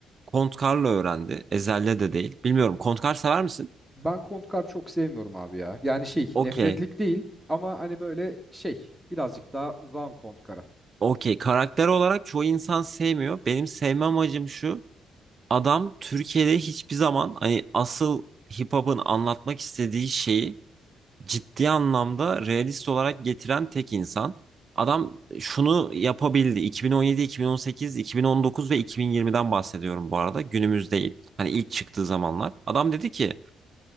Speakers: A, on the right; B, in the centre.
A: Kontkar'la öğrendi. Ezel'le de değil. Bilmiyorum. Kontkar sever misin?
B: Ben Kontkar çok sevmiyorum abi ya. Yani şey
A: Okey.
B: nefretlik değil ama hani böyle şey birazcık daha uzağım Kontkar'a.
A: Okey. Karakter olarak çoğu insan sevmiyor. Benim sevme amacım şu. Adam Türkiye'de hiçbir zaman hani asıl hip hop'un anlatmak istediği şeyi ciddi anlamda realist olarak getiren tek insan. Adam şunu yapabildi. 2017, 2018, 2019 ve 2020'den bahsediyorum bu arada. Günümüz değil. Hani ilk çıktığı zamanlar. Adam dedi ki